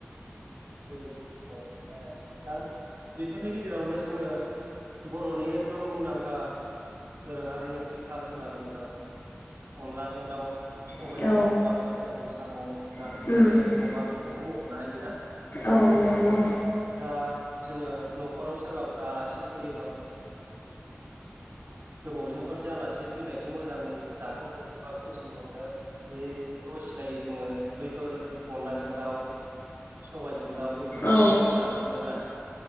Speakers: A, on the right (about 85°); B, on the left (about 85°).
A: बेबायदि जोङोनो हायो दा बेफोरनि गेजेरावनो जोङो बर'नि एकदम मुंदांखा दोरोङारि ओंख्रिथार होनना बुङोबा अनलाजों दाउ सबायाइजों
B: उम
A: दाउ सबायाइजों साम' नारजि
B: औ उम औ
A: दोलो अमा बेफोरखौ मख'नो हायोना
B: औ नंगौ
A: दा जोङो न'खराव सोरबाफोर आलासि फैयोबा गोबावजों खनसे आलासि फैनायखौ मोजाङै जाहोहरनो बा फुजिहरनो बेखौ सिलायो जोङो बैफोर अनलाजों दाउ सबायजों दाउ बेफोर ओंख्रिखौ
B: औ
A: जों जाहोहरोना